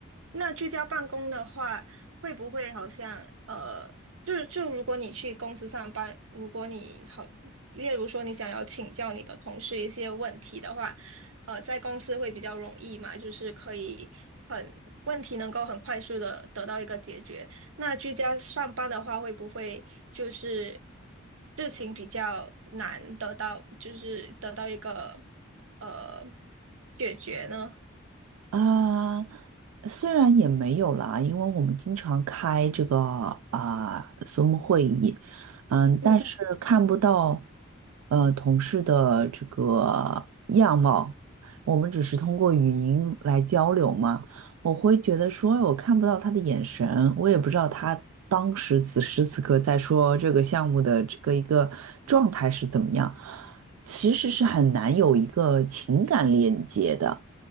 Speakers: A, on the right; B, on the right.
A: 那居家办公的话，会不会好像呃，就就如果你去公司上班，如果你好，例如说你想要请教你的同事一些问题的话，呃，在公司会比较容易嘛，就是可以很问题能够很快速的得到一个解决。那居家上班的话，会不会就是事情比较难得到，就是得到一个呃解决呢？
B: 啊，虽然也没有啦，因为我们经常开这个啊 Zoom 会议，嗯，但是看不到
A: 嗯。
B: 呃同事的这个样貌，我们只是通过语音来交流嘛。我会觉得说，哎我看不到他的眼神，我也不知道他当时此时此刻在说这个项目的这个一个状态是怎么样，其实是很难有一个情感链接的。